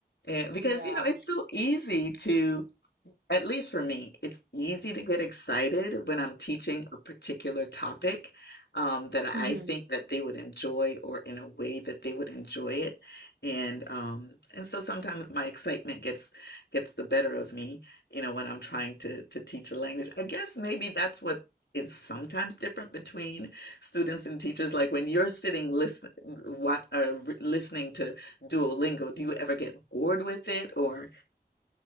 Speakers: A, on the left (about 80°); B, on the right (about 80°).
A: And because,
B: <laughs> Yeah.
A: you know, it's so easy to at least for me, it's easy to get excited when I'm teaching a particular topic um, that I
B: Mhm.
A: think that they would enjoy or in a way that they would enjoy it. And um, and so sometimes my excitement gets gets the better of me, you know, when I'm trying to to teach a language. I guess maybe that's what is sometimes different between students and teachers. Like when you're sitting listen what or re- listening to Duolingo, do you ever get bored with it or